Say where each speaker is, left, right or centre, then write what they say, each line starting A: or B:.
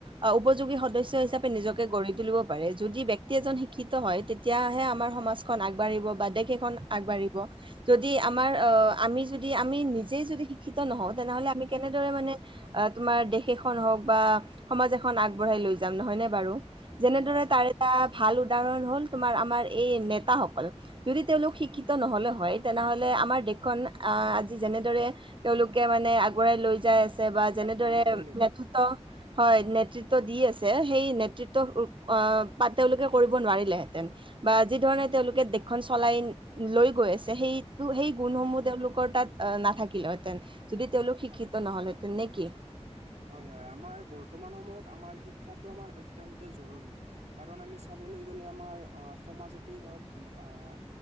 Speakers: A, on the right; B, on the right.
A: অহ উপযোগী সদস্য হিচাপে নিজকে গঢ়ি তুলিব পাৰে। যদি ব্যক্তি এজন শিক্ষিত হয়, তেতিয়াহে আমাৰ সমাজ খন আগবাঢ়িব বা দেশ এখন আগবাঢ়িবা। যদি
B: হয়
A: আমাৰ অহ আমি যদি আমি নিজেই যদি শিক্ষিত নহওঁ, তেনেহ'লে আমি কেনেদৰে মানে অহ' তোমাৰ দেশ এখন হওক বা সমাজ এখন আগবঢ়াই লৈ যাম, নহয়নে বাৰু? যেনেদৰে
B: হয়
A: তাৰ
B: হয়
A: এটা ভাল উদাহৰণ হ'ল, তোমাৰ আমাৰ এই নেতাসকল। যদি তেওঁলোক শিক্ষিত নহ'লে হয়, তেনেহ'লে আমাৰ দেশখন আহ আজি যেনেদৰে তেওঁলোকে মানে আগুৱাই লৈ যাই আছে বা যেনেদৰে
B: আগবাঢ়ি নগ'ল হেঁতেন
A: নেতৃত্ব হয় নেতৃত্ব দি আছে, সেই নেত তৃত্ব অহ বা তেওঁলোকে কৰিব নোৱাৰিলে হেঁতেন বা যি ধৰণে তেওঁলোকে দেশখন চলাই লৈ গৈ আছে, সেইটো সেই গুণসমূহ তেওঁলোকৰ তাত অহ' নাথাকিল হেঁতেন যদি তেওঁলোক শিক্ষিত নহ'ল হেঁতেন। নে কি?
B: হয় হয়। আমাৰ বৰ্তমান সময়ত আমাৰ শিক্ষাটো আমাৰ অত্যন্ত জৰুৰী। কাৰণ আমি চাবলৈ গ'লে, আমাৰ অহ সমাজতেই হওঁক আহ